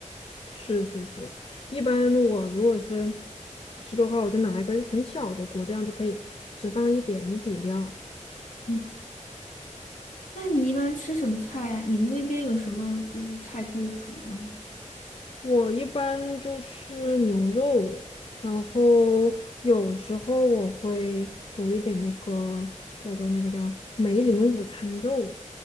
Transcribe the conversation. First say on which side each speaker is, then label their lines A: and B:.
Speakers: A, on the left; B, on the left.
A: 是是是，一般我如果是吃的话，我就拿一个很小的锅，这样就可以只放一点底料。
B: 嗯，那你一般吃什么菜呀？你们那边有什么就是菜可以煮吗？
A: 我一般就是牛肉，然后有时候我会煮一点那个叫做那个叫梅林午餐肉。